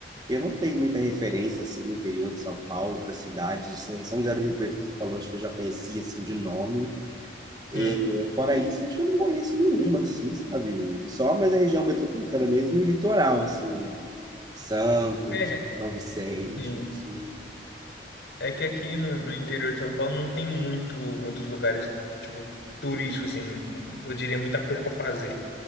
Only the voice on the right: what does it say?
Eu não tenho muita referência assim no interior de São Paulo para cidades. eh, São José do Rio Preto que você falou, acho que eu já conhecia assim de nome. E,
fora isso, acho que eu não conheço nenhuma assim, sabe? Só mais a região metropolitana mesmo e o litoral assim, Santos,
São Vicente,
assim.